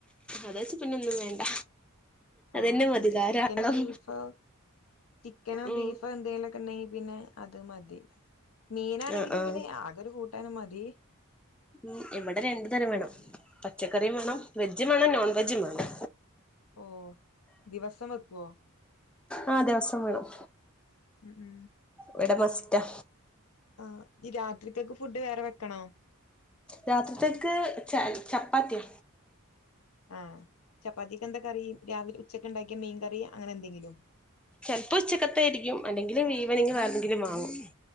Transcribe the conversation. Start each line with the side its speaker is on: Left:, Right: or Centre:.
Centre: അത് വെച്ച പിന്ന ഒന്നും വേണ്ട അതന്നെ
Left: ആഹ്
Centre: മതി
Left: എന്ത്
Centre: ധാരാളം
Left: ചിക്കനോ ബീഫോ ചിക്കനോ
Centre: ഉം
Left: ബീഫോ എന്തെലു ക്കെണ്ടങ്കി പിന്നെ അത് മതി മീനാണെങ്കിലും
Centre: ആഹ് ആഹ്
Left: പിന്നെ ആകോരു കൂട്ടാനും മതി.
Centre: ഉം ഇവടെ രണ്ടു തരം
Left: അങ്ങനെ
Centre: വേണം പച്ചക്കറിയും വേണം വെജും വേണം നോൺ വെജും വേണം.
Left: ഓഹ് ദിവസം വെക്കുവോ?
Centre: ആഹ് ദിവസം വേണം.
Left: ഉം ഉം
Centre: ഇവടെ മസ്സ്‌റ്റാ.
Left: ആഹ് ഈ രാത്രിതെക്ക് ഫുഡ് വേറെ വെക്കണോ?
Centre: രാത്രിത്തേക്ക് ച ചപ്പാത്തിയാ
Left: ആഹ് ചപ്പാത്തിക്ക് എന്താ കറി? രാവിലെ ഉച്ചക്ക് ഉണ്ടാക്കിയ മീൻ കറി അങ്ങനെ എന്തെങ്കിലും.
Centre: ചെൽപ്പോ ഉച്ചക്കത്ത ആരിക്കും അല്ലെങ്കിലും ഇവനിഗ് വേറെന്തെങ്കിലും വാങ്ങും.